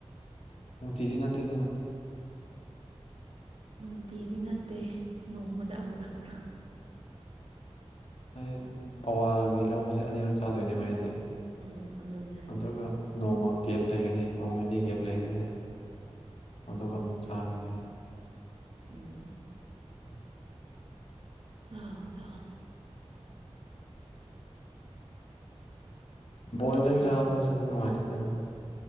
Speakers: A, on the left (about 65°); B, on the right (about 55°).
A: ꯅꯨꯡꯇꯤꯒꯤ ꯅꯠꯇꯦ ꯀꯩꯅꯣ
B: ꯅꯨꯡꯇꯤꯗꯤ ꯅꯠꯇꯦ ꯅꯣꯡꯃꯗ ꯑꯃꯔꯛ ꯑꯃꯔꯛ
A: ꯑꯩ ꯄꯋꯥꯒꯤ ꯂꯧꯕꯁꯦ ꯑꯅꯤꯔꯛ ꯆꯥꯗꯣꯏꯅꯦꯕ ꯑꯩꯗꯤ
B: ꯎꯝ ꯑꯗꯨꯅꯦ ꯍꯥꯏꯁꯦ
A: ꯑꯗꯨꯒ ꯅꯣꯡꯃ ꯒꯦꯞ ꯂꯩꯒꯅꯤ ꯅꯣꯡ ꯅꯤꯅꯤ ꯒꯦꯞ ꯂꯩꯒꯅꯤ ꯑꯗꯨꯒ ꯑꯃꯨꯛ ꯆꯥꯒꯅꯤ
B: ꯎꯝ
A: ꯑꯗꯨꯅꯤꯗ
B: ꯆꯥꯎ ꯆꯥꯎ
A: ꯕꯣꯏꯜꯗꯪ
B: ꯍꯌꯦꯡꯅ
A: ꯆꯥꯕꯁꯦ ꯅꯨꯡꯉꯥꯏꯇꯦꯗꯅ